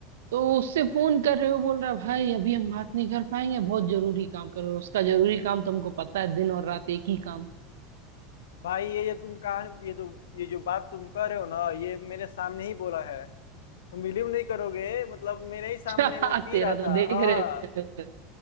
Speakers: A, on the right; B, on the left.
A: तो उससे फोन कर रहे हो बोल रहा है भाई अभी हम बात नहीं कर पाएंगे बहुत जरूरी काम करो उसका जरूरी काम तुमको पता है दिन और रात एक ही काम
B: भाई ये ये तुम कहा ये तो ये जो बात तुम कर रहे हो ना ये मेरे सामने ही बोला है तुम बिलीव नहीं करोगे मतलब मेरे ही सामने
A: <laughs>
B: वो पी
A: तेरा
B: रहा
A: तो
B: था
A: देख
B: हाँ
A: रहे <laughs>